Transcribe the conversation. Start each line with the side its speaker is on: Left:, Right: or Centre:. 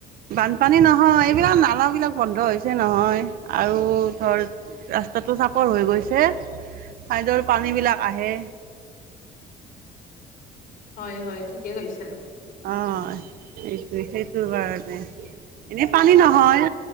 Right: বানপানী নহয় এইবিলাক নালাবিলাক বন্ধ হৈছে নহয় আৰু ধৰ ৰাস্তাটো চাপৰ হৈ গৈছে ছাইডৰ পানীবিলাক আহে।
Left: হয় হয় ঠিকে কৈছা।
Right: অ সেইটোৱে সেইটোৰ কাৰণে। এনেই পানী নহয়